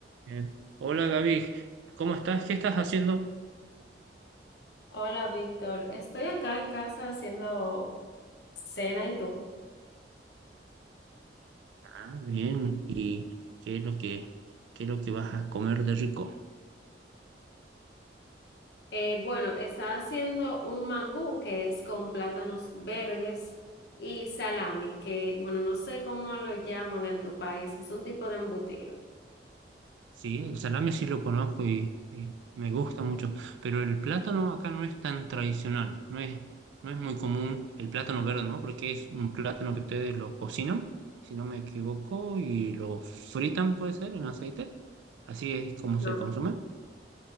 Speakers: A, on the right; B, on the left.
A: Eh, hola Gaby, ¿cómo estás? ¿Qué estás haciendo?
B: Hola, Víctor. Estoy acá en casa haciendo cena y tú.
A: Ah, bien. ¿Y qué es lo que, qué es lo que vas a comer de rico?
B: Eh, bueno, está haciendo un mangú que es con plátanos verdes y salami, que bueno, no sé cómo lo llaman en tu país, es un tipo de embutido.
A: Sí, el salame sí lo conozco y, y me gusta mucho, pero el plátano acá no es tan tradicional, no es, no es muy común el plátano verde, ¿no? Porque es un plátano que ustedes lo cocinan, si no me equivoco, y lo fritan, puede ser, en aceite. Así es como
B: No.
A: se consume.